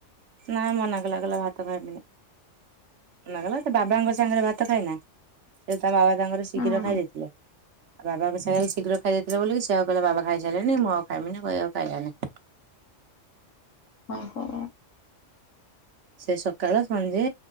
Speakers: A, on the right; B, on the left.
A: ନା ମନା କଲା କହିଲା ଭାତ ଖାଇମିନି। ମନାକଲା ତା ବାବାଙ୍କ ସାଙ୍ଗରେ ଭାତ ଖାଏନା ସେ ତା ବାବା ତାଙ୍କର ଶୀଘ୍ର
B: ହୁଁ
A: ଖାଇ ଦେଇଥିଲେ। ଆ ବାବାଙ୍କ ସାଙ୍ଗରେ ଶୀଘ୍ର ଖାଇ ଦେଇଥିଲେ ବୋଲି କିି ଆଉ କହିଲା ବାବା ଖାଇସାଇଲେଣି ମୁ ଆଉ ଖାଇମିନି କହିକି ଆଉ ଖାଇଲାନି।
B: ହଁ ହୋ।
A: ସେ ସକାଳ ସଞ୍ଜେ